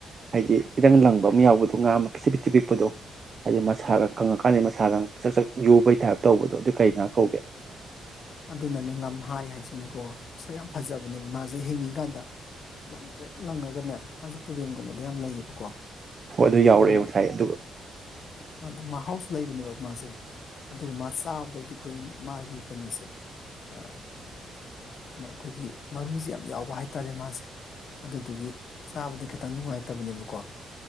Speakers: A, on the right; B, on the left.
A: ꯍꯥꯏꯗꯤ ꯏꯔꯪ ꯂꯪꯕ ꯑꯃ ꯌꯥꯎꯕꯗꯣ ꯉꯥ ꯑꯃ ꯄꯤꯁꯛ ꯄꯤꯁꯛ ꯄꯤꯛꯄꯗꯣ ꯍꯥꯏꯗꯤ ꯃꯁꯥꯒ ꯀꯪꯉꯛꯀꯥꯟꯗ ꯃꯁꯥꯒ ꯆꯛ ꯆꯛ ꯌꯨꯕꯩ ꯇꯥꯏꯞ ꯇꯧꯕꯗꯣ ꯑꯗꯨ ꯀꯔꯤ ꯉꯥ ꯀꯧꯒꯦ
B: ꯑꯗꯨꯅꯅꯦ ꯉꯝꯍꯥꯏ ꯍꯥꯏꯁꯤꯅꯦꯀꯣ ꯃꯁꯛ ꯌꯥꯝ ꯐꯖꯕꯅꯦꯕ ꯃꯥꯁꯦ ꯍꯤꯡꯉꯤꯀꯥꯟꯗ ꯂꯪꯇ꯭ꯔꯤꯛ ꯂꯪꯉꯒꯅꯦ ꯃꯥꯁꯦ ꯇꯨꯔꯦꯟꯒꯨꯝꯕꯗ ꯌꯥꯝ ꯂꯩꯌꯦꯕꯀꯣ
A: ꯍꯣꯏ ꯑꯗꯨ ꯌꯥꯎꯔꯛꯑꯦ
B: ꯑꯗꯨꯒ
A: ꯉꯁꯥꯏ ꯑꯗꯨꯒ
B: ꯑꯗꯨ ꯃꯥ ꯃꯍꯥꯎꯁꯨ ꯂꯩꯕꯅꯦꯕ ꯃꯥꯁꯦ ꯑꯗꯨꯒ ꯃꯥ ꯆꯥꯕꯗꯗꯤ ꯑꯩꯈꯣꯏ ꯃꯥꯒꯤ ꯀꯩꯅꯣꯁꯦ ꯑ ꯀꯩꯅꯣ ꯑꯩꯈꯣꯏꯒꯤ ꯃꯔꯨꯁꯦ ꯌꯥꯝ ꯌꯥꯎꯕ ꯍꯥꯏꯇꯥꯔꯦ ꯃꯥꯁꯦ ꯑꯗꯨꯗꯨꯒꯤ ꯆꯥꯕꯗꯤ ꯈꯤꯠꯇꯪ ꯅꯨꯡꯉꯥꯏꯇꯕꯅꯦꯕꯀꯣ